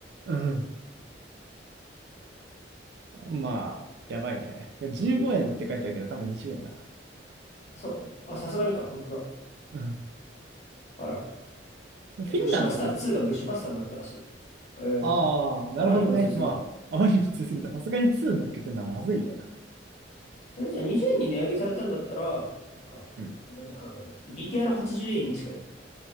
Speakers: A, on the right (about 65°); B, on the left (about 40°).
A: うん、まあ、やばいね。15円って書いてあるけど、
B: まあ、BTR8?
A: 多分20円だな。
B: あそうあ、さすがにか。本当だ。
A: うん。
B: あら。
A: フィンランドって、
B: ブッシュバスター2がブッシュバスターになったらしい。えー、
A: ああ、なるほどね。
B: あまりにも強すぎたのか。
A: まあ、あまりに普通すぎた。さすがに2乗っけてるのはまずいよな。
B: え、じゃあ20円に値上げされたんだったら、なんか、
A: うん。
B: あれだね、あの、BTR80 円に近い。